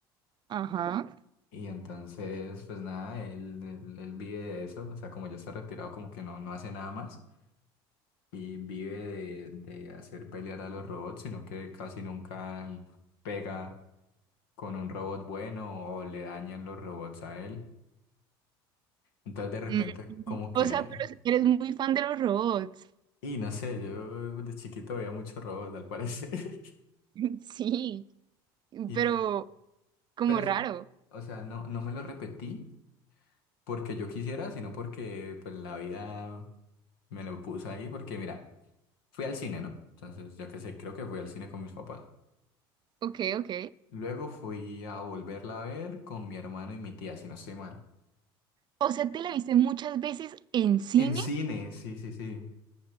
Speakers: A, on the right; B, on the left.
A: Ajá.
B: Y entonces, pues nada, él, él, él vive de eso, o sea, como ya está retirado, como que no, no hace nada más y vive de, de hacer pelear a los robots, sino que casi nunca pega con un robot bueno o le dañan los robots a él. Entonces, de repente,
A: Mm,
B: como que,
A: O sea, pero eres muy fan de los robots.
B: y no sé, yo de chiquito veía muchos robots, al parecer. <laughs>
A: <laughs> Sí,
B: Y,
A: pero como
B: pero, es-
A: raro.
B: o sea, no, no me lo repetí porque yo quisiera, sino porque pues la vida me lo puso ahí, porque mira. Fui al cine, ¿no? Entonces, yo qué sé, creo que fui al cine con mis papás.
A: Ok, ok.
B: Luego fui a volverla a ver con mi hermano y mi tía, si no estoy mal.
A: O sea, te la viste muchas veces en cine,
B: En cine, sí, sí, sí.